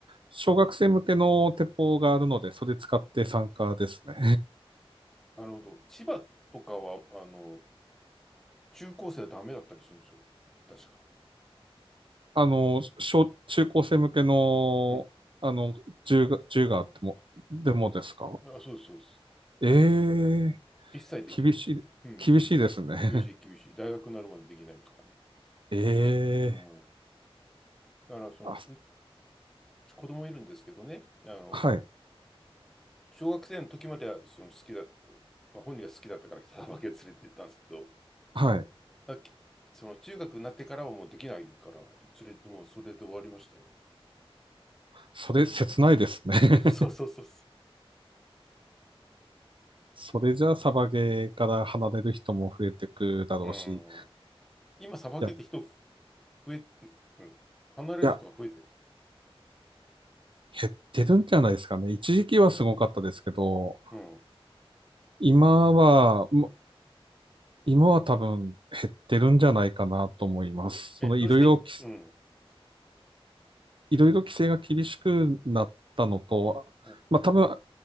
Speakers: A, on the right; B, in the centre.
A: 小学生向けの鉄砲があるので、それ使って参加ですね。
B: なるほど。千葉とかは、あの、中高生はダメだったりするんですよ。確か。
A: <laughs> あの、小、中高生向けの、
B: うん。
A: あの、銃が、銃があっても、でもですか
B: あ、そうです、そうです。
A: ええー
B: 一切できないです。
A: 厳しい、
B: うん。
A: 厳しいですね。
B: 厳しい、厳しい。大学になるまでできないとかね。
A: <laughs>
B: うん。
A: ええ
B: だから、その、
A: ーあ、
B: うち子供いるんですけどね、あの、
A: はい
B: 小学生の時まではその好きだ、まあ、本人が好きだったからサバけ連れて行ったんですけど、
A: はい。
B: だきその中学になってからはもうできないから、連れて、もうそれで終わりましたよ。
A: それ、切ないですね。<laughs>
B: <laughs> そうそうそうそ
A: それじゃあ、サバゲーから離れる人も増えてくだろうし、
B: う。うん。
A: い
B: 今、サバゲーって人増
A: や、い
B: え、うん、離れる人が増えてる。
A: や、減ってるんじゃないですかね。一時期はすごかったですけど、
B: うん。
A: 今は、も今は多分減ってるんじゃないかなと思います。その、
B: え、どうして、
A: いろいろき、
B: うん、
A: いろいろ規制が厳しくなったのと、
B: うん、
A: まあ、多分、